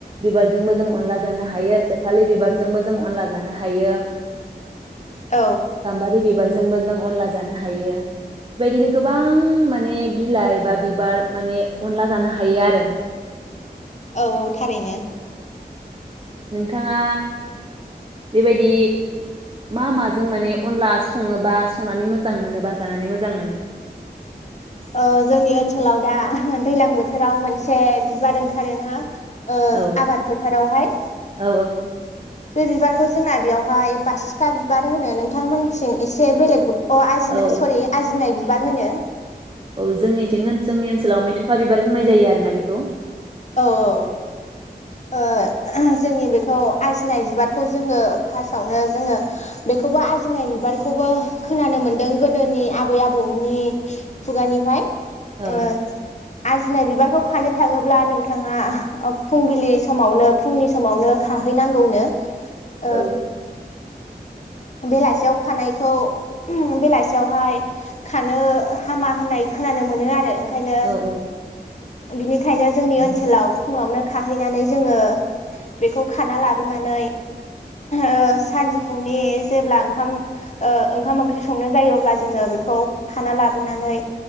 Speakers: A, on the right; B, on the left.
A: बिबारजोंबो जों अनला जानो हायो सेफालि बिबारजोंबो जों अनला जानो हायो
B: औ
A: गामबारि बिबार जोंबो जों अनला जानो हायो बेबायदिनो गोबां माने बिलाइ बा बिबार माने अनला जानो हायो आरो
B: औ औ थारैनो
A: नोंथाङा बेबायदि मा माजों माने अनला सङोबा संनानै मोजां मोनोबा जानानै मोजां मोनो
B: ओ जोंनि ओनसोलाव दा दैलां बोथोराव मोनसे बिबार ओंखारोना ओ
A: औ
B: आबाद फोथारावहाय
A: औ
B: बे बिबारखौ जोंना बेयावहाय बासिखा बिबार होनो नोंथांमोनथिं एसे बेलेग अ आजिना
A: औ
B: सररि आजिनाय बिबार होनो।
A: औ जोंनिथिं जोंनि ओनसोलाव मेथ'खा बिबार बुंनाय जायो आरो ना बेखौ।
B: औ औ। ओ जोंनि बेखौ आजिनाय बिबारखौ जोङो फासआवनो जोङो बेखौबो आजिनाय बिबारखौबो खोनानो मोनदों गोदोनि आबै आबौनि खुगानिफाय
A: औ
B: ओ आजिनाय बिबारखौ खानो थाङोब्ला नोंथाङा ओ फुंबिलि समावनो फुंनि समावनो खाहैनांगौनो
A: औ
B: ओ बेलासियाव खानायखौ बेलासियावहाय खानो हामा होननाय खोनानो मोनो आरो ओं खायनो
A: औ
B: बिनिखायनो जोंनि
A: औ
B: ओनसोलाव फुङावनो खाहैनानै जोङो बेखौ खाना लाबोनानै ओ सानजौफुंनि जेब्ला ओंखाम ओ ओंखाम ओंख्रि संनाय जायो अब्ला जोङो बेखौ खाना लाबोनानै